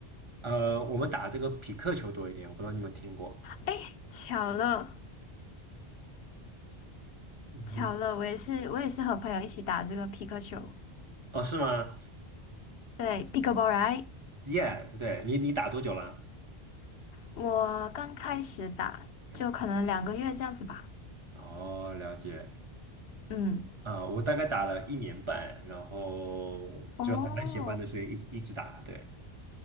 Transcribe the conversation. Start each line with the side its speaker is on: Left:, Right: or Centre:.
Right: 呃，我们打这个匹克球多一点，我不知道你们听过。
Left: 哎，巧了，
Right: 嗯哼，
Left: 巧了，我也是，我也是和朋友一起打这个皮克球，
Right: 哦，是吗？
Left: 对，pickleball right？
Right: 耶，对你，你打多久了？
Left: 我刚开始打，
Right: 两天
Left: 就可能两个月这样子吧。
Right: 哦，了解。
Left: 嗯，
Right: 啊、我大概打了一年半，然后就还蛮喜欢的，
Left: 哦
Right: 所以一直一直打。对，